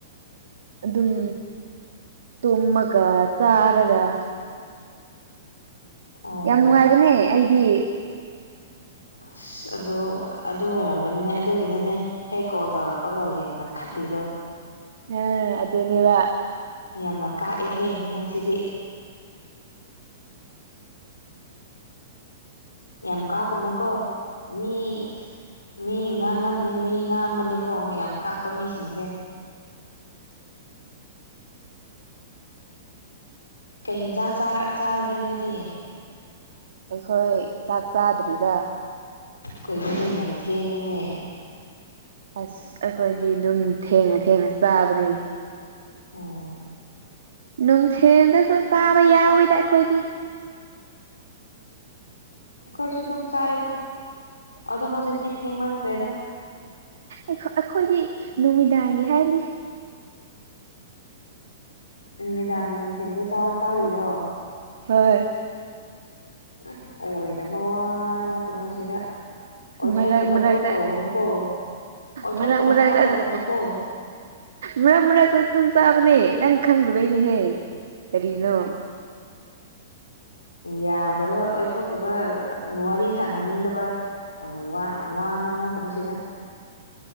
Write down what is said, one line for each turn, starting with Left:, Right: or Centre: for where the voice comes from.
Right: ꯑꯗꯨꯝ ꯇꯨꯝꯃꯒ ꯆꯥꯔꯒ
Left: ꯑꯣ
Right: ꯌꯥꯝ ꯅꯨꯡꯉꯥꯏꯕꯅꯦ ꯑꯩꯗꯤ
Left: ꯑꯁ ꯑꯗꯨ ꯑꯗꯨ ꯑꯣꯏꯔꯝꯒꯅꯤꯅꯦ ꯑꯗꯨꯒꯤꯅꯤꯅꯦ ꯍꯦꯛ ꯀꯣꯜ ꯇꯧꯔꯛꯄꯒ ꯌꯥꯝꯅ ꯈꯠꯂꯤꯗꯣ
Right: ꯍꯥꯥ ꯑꯗꯨꯅꯦꯕ
Left: ꯌꯥꯝꯅ ꯀꯥꯛꯑꯦꯍꯦ ꯅꯪꯁꯤꯗꯤ ꯌꯥꯝ ꯀꯥꯛꯀꯅꯨꯀꯣ ꯃꯤ ꯃꯤ ꯉꯥꯡꯅꯕꯅꯦ ꯃꯤ ꯉꯥꯡꯕꯅꯦꯀꯣ ꯌꯥꯝ ꯀꯥꯛꯄꯥ ꯃꯤꯁꯤꯡꯁꯦ ꯀꯩ ꯌꯦꯟꯖꯥꯡ ꯆꯥꯔ ꯆꯥꯔꯒꯦ ꯅꯣꯏꯗꯤ
Right: ꯑꯩꯈꯣꯏ ꯆꯥꯛ ꯆꯥꯗ꯭ꯔꯤꯗ
Left: ꯀꯔꯤꯅꯣꯅꯦ ꯌꯥꯝ ꯊꯦꯡꯉꯦꯅꯦ
Right: ꯑꯁ ꯑꯩꯈꯣꯏꯗꯤ ꯑꯗꯨꯝ ꯊꯦꯡꯅ ꯊꯦꯡꯅ ꯆꯥꯕꯅꯦ
Left: ꯑꯣ
Right: ꯅꯨꯡꯊꯤꯟꯗꯒ ꯆꯥꯕ ꯌꯥꯎꯋꯤꯗ ꯑꯩꯈꯣꯏꯗꯤ
Left: ꯑꯩꯈꯣꯏꯁꯨ ꯑꯗꯨꯝ ꯆꯥꯏꯗ ꯑꯗꯣ ꯍꯧꯖꯤꯛꯇꯤ ꯊꯦꯡꯃꯟꯈ꯭ꯔꯦꯗ
Right: ꯑꯩꯈꯣꯏꯗꯤ ꯅꯨꯃꯤꯗꯥꯡꯒꯤ ꯍꯥꯏꯕꯅꯦ
Left: ꯅꯨꯃꯤꯗꯥꯡꯒꯤ ꯅꯨꯡꯊꯤꯟꯗ ꯆꯥꯔꯤꯔꯣ
Right: ꯍꯣꯏ
Left: ꯑꯁ ꯑꯣꯏꯗꯕ ꯋꯥ ꯉꯥꯡꯑꯗꯅ <unintelligible> ꯁꯤꯗ ꯑꯣꯏꯊꯣꯛꯇꯕ
Right: ꯃꯔꯛ ꯃꯔꯛꯇ
Left: ꯊꯕꯛ ꯇꯧꯒꯅꯨꯀꯣ ꯑꯣꯏꯊꯣꯛꯇꯕ
Right: ꯃꯔꯛ ꯃꯔꯛꯇ
Left: ꯊꯕꯛ ꯇꯧꯒꯅꯨꯀꯣ
Right: ꯑꯗꯨ ꯃꯔꯛ ꯃꯔꯛꯇꯁꯨ ꯑꯗꯨꯝ ꯆꯥꯕꯅꯦ ꯅꯪ ꯈꯪꯗꯕꯩꯅꯦꯍꯦ ꯀꯔꯤꯅꯣ
Left: ꯌꯥꯗꯕ ꯑꯣꯏꯊꯣꯛꯇꯕ ꯋꯥꯔꯤ ꯁꯅꯅꯤꯡꯗꯕ ꯑ ꯋꯥ ꯋꯥ ꯉꯥꯡꯉꯛꯀꯅꯣ ꯁꯤꯗ